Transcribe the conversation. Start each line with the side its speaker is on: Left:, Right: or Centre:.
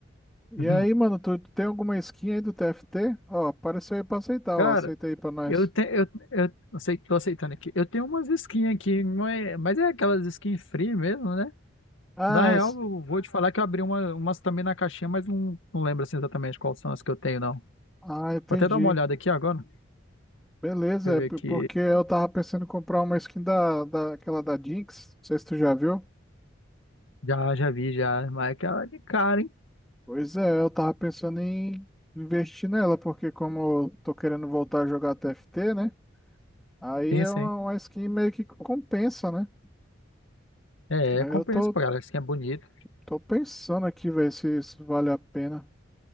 Centre: E
Left: Uhum.
Centre: aí, mano, tu, tu tem alguma skin aí do TFT? Ó, apareceu aí pra aceitar,
Left: Cara.
Centre: ó. Aceita aí pra nós.
Left: Eu, te, eu, eu eu sei que tô aceitando aqui. Eu tenho umas skins aqui, não é- mas é aquelas skins free mesmo, né?
Centre: Ah,
Left: Na real,
Centre: es-
Left: eu vou te falar que eu abri uma, umas também na caixinha, mas não, não lembro assim, exatamente quais são as que eu tenho, não.
Centre: ah, entendi.
Left: Vou até dar uma olhada aqui agora. Deixa
Centre: Beleza,
Left: eu ver
Centre: é p-
Left: aqui.
Centre: porque eu tava pensando em comprar uma skin da, da, aquela da Jinx. Não sei se tu já viu.
Left: Já, já vi, já. Mas é aquela de cara, hein?
Centre: Pois é, eu tava pensando em investir nela, porque como eu tô querendo voltar a jogar TFT, né? Aí
Left: Sim,
Centre: é
Left: sim.
Centre: uma, uma skin meio que compensa, né?
Left: É,
Centre: Aí
Left: é, compensa,
Centre: eu tô,
Left: pô, galera. Skin é bonito.
Centre: tô pensando aqui, ver se isso vale a pena.